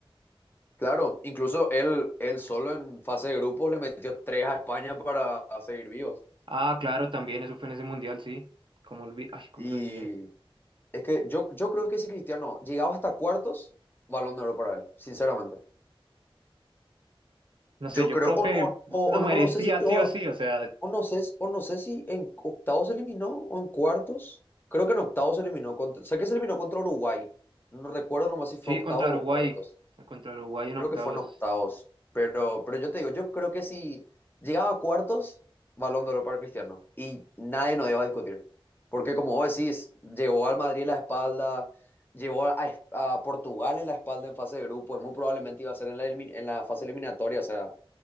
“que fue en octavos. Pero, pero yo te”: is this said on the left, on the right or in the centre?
Left